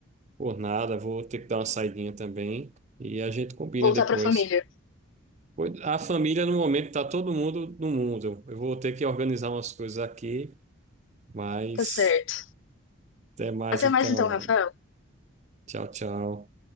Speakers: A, on the right; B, on the left.
A: Por nada, vou ter que dar uma saidinha também. E a gente combina
B: Voltar
A: depois.
B: para a família.
A: Pois- A família, no momento, tá todo mundo no mundo. Eu vou ter que organizar umas coisas aqui, mas
B: Tá certo.
A: até mais
B: Até
A: então,
B: mais, então,
A: Luana.
B: Rafael.
A: Tchau, tchau.